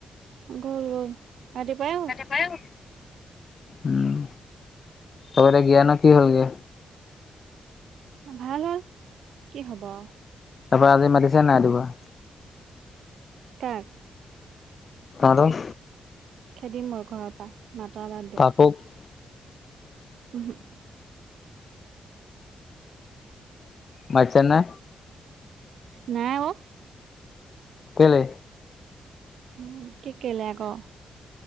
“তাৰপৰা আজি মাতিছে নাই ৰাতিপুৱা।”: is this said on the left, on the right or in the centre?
Left